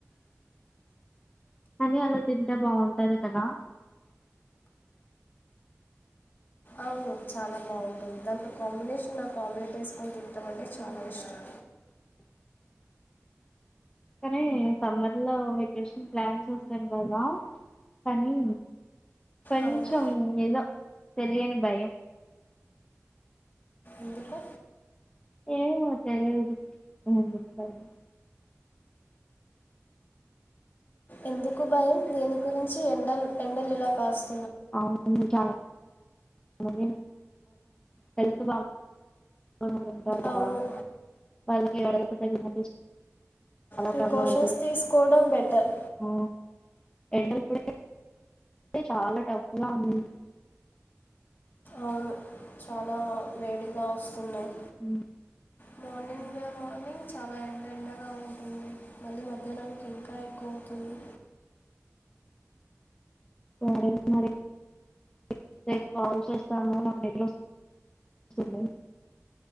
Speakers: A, on the left; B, on the left.
A: కానీ అలా తింటే బాగుంటది కదా
B: అవును చాలా బాగుంటుంది దాంట్లో కాంబినేషన్ నా ఆమ్లెట్ వేసుకొని తినటాం అంటే చాలా ఇష్టం
A: కానీ సమ్మర్ లో వెకేషన్ ప్లాన్ చేశాను కదా కానీ కొంచం
B: అవును
A: ఏదో తెలియనీ భయం
B: ఎందుకు
A: ఏమో తెలియదు ఎందుకు భయమో
B: ఎందుకు భయం దేని గురించి ఎండ ఎండలు ఇలా కాస్త
A: అవును చాల <inaudible> హెల్త్ బాగో
B: అవును
A: <inaudible> వాళ్ళకి <inaudible>
B: ప్రికాషిన్స్
A: ప్రాబ్లం అయితది
B: తీసుకోవడం బెటర్
A: ఆ ఎండలు ఇప్పుడే అదే చాలా టఫ్ గా ఉన్నింది
B: అవును చాలా వేడిగా వస్తున్నాయి
A: ఉ
B: మార్నింగ్ మార్నింగ్ చాలా ఎండ ఎండగా ఉంటుంది మళ్ళీ మధ్యాహ్నానికి ఇంకా ఎక్కువ అవుతుంది
A: వాడు ఏమన్నాడంటే రేపు కాల్ చేస్తాను నాకు నిద్రవస్తుంది